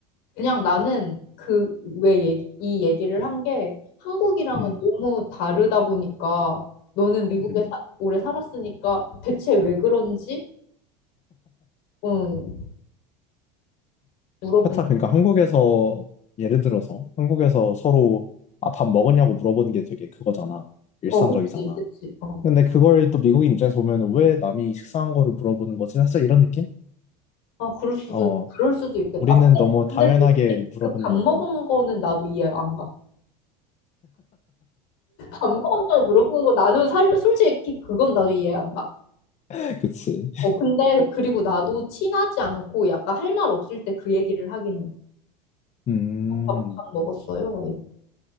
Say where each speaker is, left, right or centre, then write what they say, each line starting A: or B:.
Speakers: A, on the left; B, on the left.
A: 그냥 나는 그, 왜 얘기, 이 얘기를 한 게 한국이랑은
B: 음.
A: 너무 다르다 보니까 너는 미국에
B: 음.
A: 사- 오래 살았으니까 대체 왜 그런지? 응, 물어본
B: 살짝 그러니까 한국에서 예를 들어서 한국에서 서로 아, 밥 먹었냐고 물어보는 게 되게 그거잖아. 일상적이잖아.
A: 어 그치 그치 어아
B: 근데 그걸 또 미국인 입장에서 보면 왜 남이 식사한 거를 물어보는 거지? 살짝 이런 느낌?
A: 그럴 수도
B: 어,
A: 그럴 수도 있겠다
B: 우리는
A: 아 근데
B: 너무 당연하게
A: 근데 솔직히
B: 물어보는
A: 그 밥 먹은
B: 건데.
A: 거는 나도 이해 안 가 밥 먹었냐고 물어보는 거 나는 살 솔직히 그건 나도 이해 안가어
B: <laughs> 그치.
A: 근데 그리고 나도 친하지 않고 약간 할 말 없을 때 그 얘기를 하긴
B: 음,
A: 해밥밥 먹었어요 막 이렇게